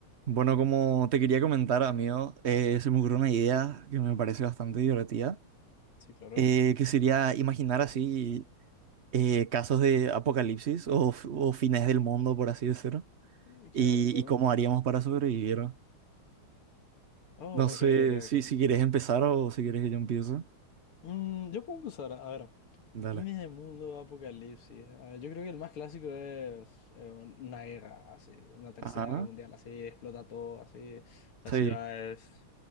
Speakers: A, on the right (about 75°); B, on the left (about 80°).
A: Bueno, como te quería comentar, amigo, eh, se me ocurrió una idea que me parece bastante divertida,
B: Sí, claro.
A: eh, que sería imaginar así eh, casos de apocalipsis o, f- o fines del mundo, por así decirlo,
B: Eh,
A: y,
B: Claro, claro.
A: y cómo haríamos para sobrevivir.
B: Oh,
A: No sé
B: ok, ok,
A: si,
B: ok.
A: si quieres empezar o si quieres que yo empiece.
B: Mm, yo puedo empezar. A ver,
A: Dale.
B: fines de mundo, apocalipsis. A ver, yo creo que el más clásico es eh, una guerra, así, una tercera
A: Ajá,
B: guerra mundial, así, explota todo, así, las
A: sí.
B: ciudades